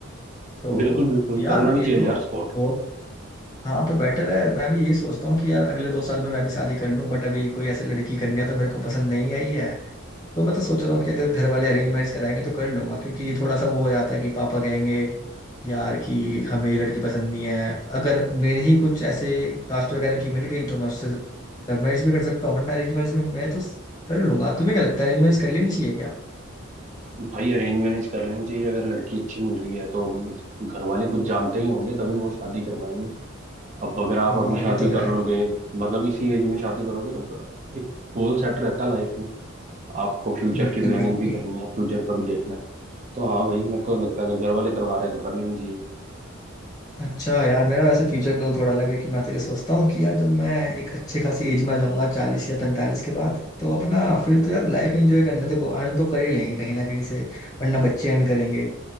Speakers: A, on the left; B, on the right.
A: तो
B: बिल्कुल बिल्कुल
A: यार
B: करना भी
A: ये
B: चाहिए
A: तो
B: यार सपोर्ट।
A: बहुत हाँ तो बेटर है मैं भी यही सोचता हूँ कि यार अगले दो साल में मैं भी शादी कर लूँ बट अभी कोई ऐसी लड़की कन्या तो मेरे को पसंद नहीं आई है तो मैं तो सोच रहा हूँ कि अगर घर वाले अरेंज मैरिज कराएंगे तो कर लूंगा क्योंकि ये थोड़ा सा वो हो जाता है कि पापा कहेंगे यार कि हमें ये लड़की पसंद नहीं है अगर मेरे ही कुछ ऐसे कास्ट वगैरह की मिल गई तो मैं उससे लव मैरिज भी कर सकता हूँ वरना अरेंज मैरिज में मैं तो कर लूंगा तुम्हें क्या लगता है अरेंज मैरिज कर लेनी चाहिए क्या
B: भाई अरेंज मैरिज कर लेनी चाहिए अगर लड़की अच्छी मिल रही है तो मतलब घर वाले कुछ जानते ही होंगे तभी वो शादी करवाएंगे अब अगर आप
A: हाँ
B: अभी शादी
A: ये तो
B: कर
A: है
B: लोगे मतलब इसी एज में शादी करोगे तो पता एक गोल सेट रहता है लाइफ में आपको फ्यूचर
A: बिल्कुल
B: की प्लानिंग
A: बिल्कुल
B: भी करनी है फ्यूचर का भी देखना है तो हाँ भाई मेरे को लगता है अगर घर वाले करवा रहे हैं तो कर लेनी चाहिए
A: अच्छा यार मेरा वैसे फ्यूचर गोल थोड़ा अलग है कि मैं तो ये सोचता हूँ कि यार जब मैं एक अच्छे खासी एज में आ जाऊंगा चालीस या पैंतालीस के बाद तो अपना फिर तो यार लाइफ एंजॉय करना देखो अर्न तो कर ही लेंगे कहीं ना कहीं से वरना बच्चे अर्न करेंगे